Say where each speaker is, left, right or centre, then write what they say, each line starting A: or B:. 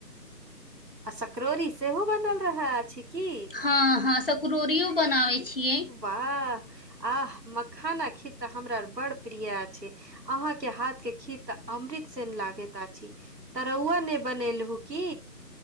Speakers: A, on the right (about 80°); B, on the left (about 35°).
A: आ सकरौरी सेहो बनल रह अछि की
B: हँ हँ सकौड़ियो बनाबै छियै
A: वाह आह मखाना खीर तऽ हमरा बड़ प्रिया छै अहाँके हाथ के खीर तऽ अमृत सेन लागैत अछि तरौआ नहि बनेलहुँ की